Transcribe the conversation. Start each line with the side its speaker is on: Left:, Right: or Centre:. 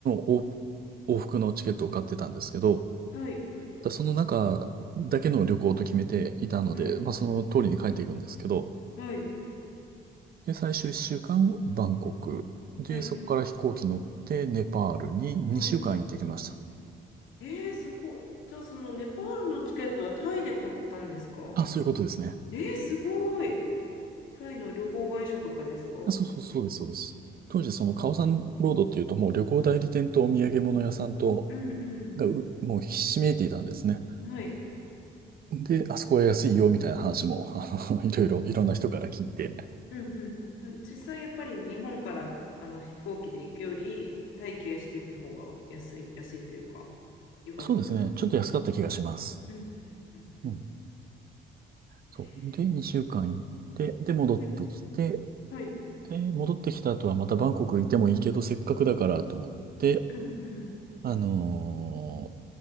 Right: 往往復のチケットを買ってたんですけど、
Left: はい。
Right: だその中だけの旅行と決めていたので、
Left: はい。
Right: まあ、その通りに帰っていくんですけど、
Left: はい。
Right: で、最終1週間、バンコク。で、
Left: はい。
Right: そこから飛行機乗って、ネパールに2週間行ってきました。
Left: はい。えー、すごい。じゃあ、そのネパールのチケットはタイで買ったんですか
Right: あ、そういうことですね。
Left: えー、すごい。タイの旅行会社とかですかうん
Right: あ、そうそう、そうです、そうです。当時、そのカオサンロードっていうと、もう旅行代理店とお土産物屋さんと、
Left: う
Right: がうもうひしめいていたんですね。
Left: ん。はい。
Right: で、あそこは安いよみたいな話も、<laughs> あのいろいろ、いろんな人から聞いて。
Left: うんうん。た実際、やっぱり日本からあの飛行機で行くより、タイ経由していった方が安い、安いというか、良かったんですかね。
Right: そうですね。ちょっと安かった気がします。
Left: うんうんうんうん。
Right: うん。そう。
Left: え
Right: で、2週間行って、で、戻ってきて、
Left: ー、はい。はい。
Right: で戻ってきた後はまたバンコクいてもいいけど、せっかくだからと思って、
Left: うんうん。
Right: あのー